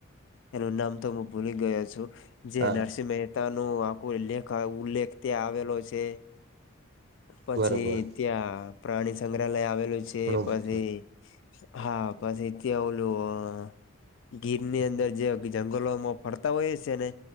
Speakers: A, on the left (about 60°); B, on the right (about 50°).
A: એનું નામ તો હું ભૂલી ગયો છું જે
B: હા
A: એનઆરસી મે પોતા ન આખું લેખ ઉલેખ આવેલો છે. પછી
B: બરોબર
A: ત્યાં પ્રાણી સંગ્રહાલય આવેલું છે,
B: ઘણું
A: પછી.
B: બધું
A: હા બસ એથી આવવલું ગીર ની અંદર જે જંગલોમાં ફરતા હોય છેને